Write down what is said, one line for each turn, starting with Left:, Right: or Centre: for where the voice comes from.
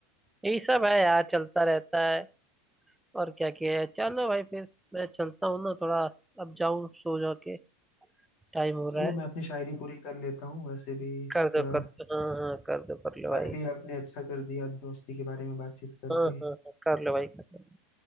Centre: यही सब है यार चलता रहता है और क्या किया है चलो भाई फिर मैं चलता हूँ ना थोड़ा अब जाऊँ सो जा के टाइम हो
Left: चलो
Centre: रहा है
Left: मैं अपनी शायरी पूरी कर लेता हूँ वैसे भी
Centre: कर दो
Left: थोड़ा
Centre: कर दो हाँ हाँ कर दो कर लो
Left: मन
Centre: भाई
Left: भी आपने अच्छा कर दिया दोस्ती के बारे में बातचीत करके
Centre: हाँ हाँ हाँ कर लो भाई कर लो